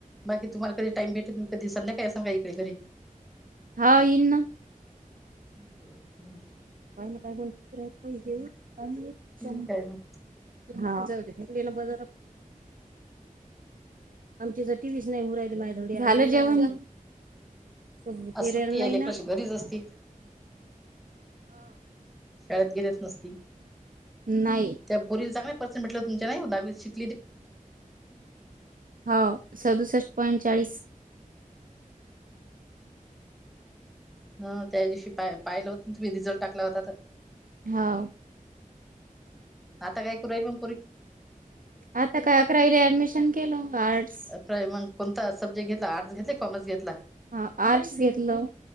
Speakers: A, in the centre; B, on the right (about 75°).
A: बाकी तुम्हाला कधी टाइम भेटे त कधी संध्याकाळी ये साल काय घरी
B: हा इन न
A: बरं
B: काही ना काय घेऊ काख
A: ठीक आहे मग
B: हा च बजर आमची तर टी वी च नाही होऊन राहिली माय धडी झालं जेवण फिरेल
A: आज सुट्टी
B: नाही
A: आहे लेकरं
B: ना
A: घरीच असतील शाळेत गेलेच नसतील
B: नाही
A: त्या पोरीले चांगले पर्सेंट भेटलं तुमच्या नाही उ दहावी शिक
B: हो सदुसष्ट पंचाळीस
A: हा त्या दिवशी पा पाहिलं होत तुम्ही रिझल्ट टाकला होता तर
B: होा
A: आता काय करूय म
B: आता काय अकरावीला ऍडमिशन केलं आर्ट्स
A: अकरावी मग कोणता सब्जेट घेतला आर्ट्स घेतले कॉमर्स घेतला
B: हा आर्ट्स घेतल